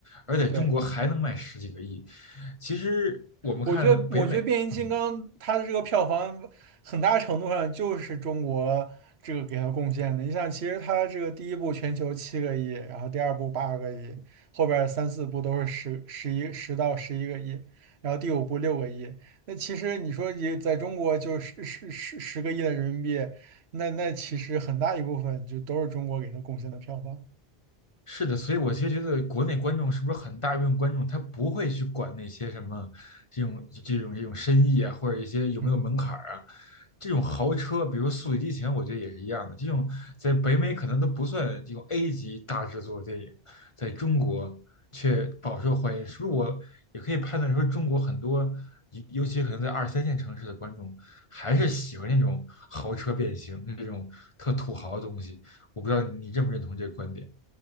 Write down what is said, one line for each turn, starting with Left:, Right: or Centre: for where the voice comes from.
Left: 而在中国还能卖十几个亿，
Right: 对。
Left: 其实我们看北美。
Right: 我觉得，我觉得变形金刚它的这个票房很大程度上就是中国这个给它贡献的。
Left: 嗯，
Right: 你想，其实它这个第一部全球七个亿，然后第二部八个亿，后边儿三四部都是十十一十到十一个亿，然后第五部六个亿。那其实你说你在中国就是十十十个亿的人民币，那那其实很大一部分就都是中国给它贡献的票房。
Left: 是的，所以我其实觉得国内观众是不是很大一部分观众他不会去管那些什么这种这种这种深意啊，或者一些有没有门槛儿啊，
Right: 嗯。
Left: 这种豪车，比如《速度与激情》，我觉得也是一样的。这种在北美可能都不算这种 A 级大制作的电影，在中国却饱受欢迎，是不是？我也可以判断说，中国很多，尤尤其可能在二三线城市的观众，还是喜欢那种豪车变形，这种特土豪的东西。我不知道你你认不认同这个观点。